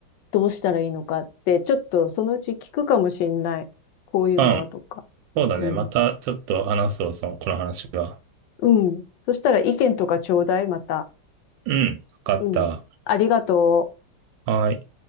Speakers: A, on the left; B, on the right.
A: どうしたらいいのかって、ちょっとそのうち聞くかもしんない。こういうのはとか。
B: うん。そうだね。
A: うん。
B: またちょっと話そう、その、この話は。
A: うん。そしたら意見とかちょうだい、また。
B: うん。わかった。
A: うん。ありがとう。
B: はい。